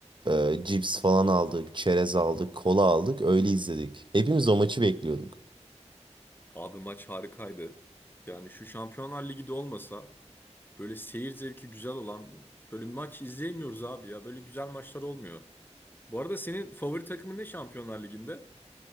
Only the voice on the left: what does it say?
Abi maç harikaydı. Yani şu Şampiyonlar Ligi de olmasa böyle seyir zevki güzel olan böyle bir maç izleyemiyoruz abi ya. Böyle güzel maçlar olmuyor. Bu arada senin favori takımın ne Şampiyonlar Ligi'nde?